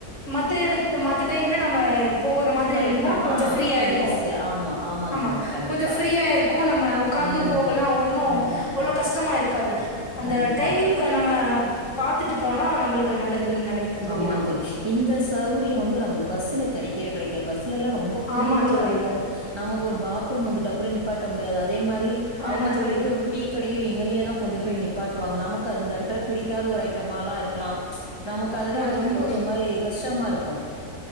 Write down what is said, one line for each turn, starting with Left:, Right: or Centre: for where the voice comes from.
Left: மத்த எடத் மத்த டைம்ல நம்ம போகுற மாதிரி
Right: போயிட்டோனா
Left: இருந்தா கொஞ்சோ ஃப்ரீயா இருக்கு
Right: ஈஸியா ஆமா
Left: ஆமா
Right: தோழி கண்டிப்பா
Left: கொஞ்சோ ஃப்ரீயா இருக் கோ நம்ம உக்காந்து
Right: ம்
Left: போகலாம் ஒன்னும்
Right: ம்
Left: அவ்ளோ கஷ்டமா இருக்காது அந்த
Right: கண்டிப்பா
Left: டைமிங் ப்ப நம்ம பாத்துட்டு போனா நம்பளுக்கு நல்லதுன் நெனைக்கிறேன் தோழி
Right: ஆமா
Left: நா
Right: இந்த சௌரியம் வந்து நமக்கு பஸ்ல கெடைக்கவே கெடைக்காது பஸ்ல எல்லாம் ரொம்ப குறுகால
Left: ஆமா தோழி
Right: இருக்கும் நமக்கு ஒரு பாத்ரூம் வந்துட்டா கூட நிப்பாட்ட முடியாது அதே மாரி
Left: ஆமா
Right: அவங்க
Left: தோழி
Right: கொண்டு போய் ஒரு டீ கடையு எங்கனயோ தான் கொண்டு போய் நிப்பாட்டுவாங்க நமக்கு அது அந்த எடத்துல பிடிக்காத ஒரு ஐட்டமால்லாம் இருக்கலாம் நம் க அதெல்லாம்
Left: ஆமா தோழி
Right: ரொம்ப ஒரு மாரி கஷ்டமாக இருக்கும்